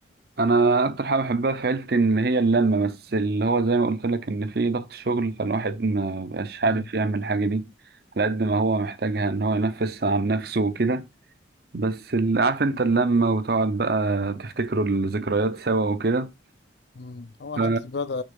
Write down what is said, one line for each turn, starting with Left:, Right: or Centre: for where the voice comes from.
Right: انا اكتر حاجه بحبها في عيلتي ان هي اللمه بس اللي هو زي ما قلت لك ان في ضغط شغل فالواحد ما بقاش
Left: مم.
Right: عارف يعمل الحاجه دي على قد ما هو محتاجها ان هو ينفس عن نفسه وكده بس ال- عارف انت اللمة وتقعد بقى تفتكروا الذكريات سوا وكده
Left: مم. هو
Right: ف-
Left: حتة بقى